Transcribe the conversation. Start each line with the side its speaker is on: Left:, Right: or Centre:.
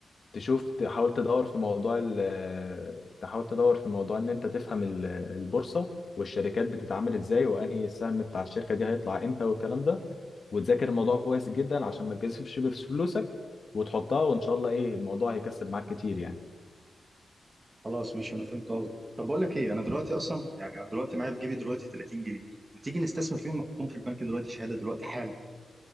Left: تشوف تحاول تدور في موضوع ال تحاول تدور في موضوع ان انت تفهم ال- البورصة والشركات بتتعامل ازاي وانهي السهم بتاع الشركة دي هيطلع امتى والكلام ده وتذاكر الموضوع كويس جدا عشان ما تجازفش بفلوسك وتحطها وان شاء الله ايه الموضوع هيكسب معاك كتير يعني
Right: خلاص ماشي انا فهمت قصدك طب بقول لك ايه انا دلوقتي اصلا يعني انا دلوقتي معايا في جيبي دلوقتي 30 جنيه ما تيجي نستثمر فيهم نحطهم في البنك دلوقتي شهاده دلوقتي حالا